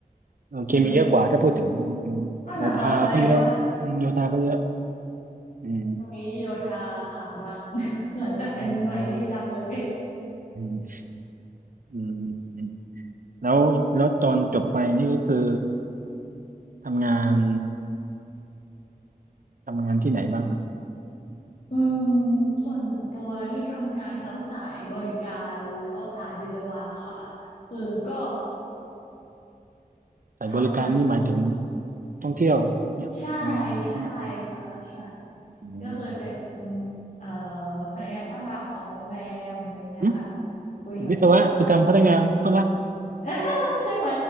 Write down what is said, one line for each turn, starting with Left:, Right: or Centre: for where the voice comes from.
Right: เออเคมีเยอะกว่าถ้าพูดถึงอืมโยธาก็เยอะอืมโยธาก็เยอะ
Left: เดี๋ยวนี้อ้าวเหรอคะแสดงว่า
Right: อืม
Left: ตรงนี้โยธาข่าวดัง <laughs> หลังจากแผ่นดินไหวนี่ดังเลย
Right: อืมอืมอืมอืมอืมแล้วแล้วตอนจบไปนี่ก็คือทำงานทำงานที่ไหนบ้างครับ
Left: อืมส่วนตัวนี่ทำงานทั้งสายบริการแล้วก็สายวิศวะค่ะคือก็
Right: สายบริการนี่หมายถึง
Left: ทำงาน
Right: ท่องเที่ยวเนี่ยงานเนี่ย
Left: ใช่ใช่ค่ะใช่
Right: อืม
Left: ก็เคยเป็นเอ่อพนักงานต้อนรับของโรงแรมอะไรเงี้ยค่ะ
Right: อืม
Left: คุยกับลูกค้า
Right: วิศวะไปทำพนักงานต้อนรับ
Left: <laughs> ใช่ไหม